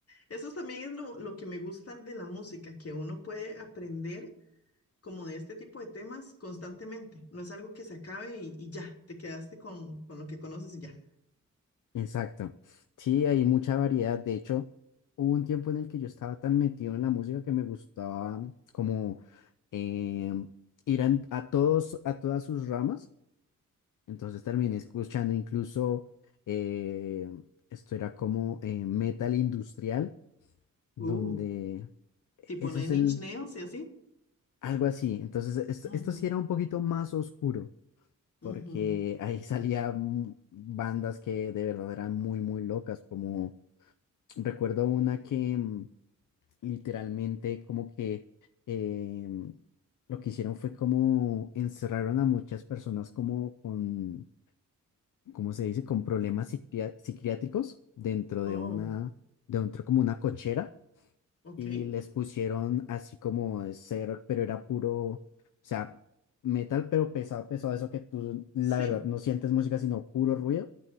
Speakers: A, on the left (about 45°); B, on the left (about 70°).
A: Eso también es lo, lo que me gusta de la música, que uno puede aprender como de este tipo de temas constantemente. No es algo que se acabe y, y ya, te quedaste con, con lo que conoces y ya.
B: Exacto. Sí, hay mucha variedad. De hecho, hubo un tiempo en el que yo estaba tan metido en la música que me gustaba como eh, ir a, a todos, a todas sus ramas. Entonces terminé escuchando incluso, eh, esto era como eh, metal industrial, donde
A: Uh,
B: e,
A: tipo
B: ese
A: Nine
B: es el,
A: Inch Nails y así.
B: Algo así. Entonces, esto,
A: Ujú,
B: esto sí era un poquito más oscuro,
A: ujú.
B: porque ahí <laughs> salían bandas que de verdad eran muy, muy locas, como recuerdo una que mm, literalmente como que em, lo que hicieron fue como encerraron a muchas personas como con, ¿cómo se dice?, con problemas psiquia- psiquiátricos dentro
A: Oh,
B: de una, dentro como una cochera
A: ok.
B: y les pusieron así como de ser, pero era puro, o sea, metal, pero pesado, pesado, eso que tú, la
A: Sí,
B: verdad, no sientes música, sino puro ruido.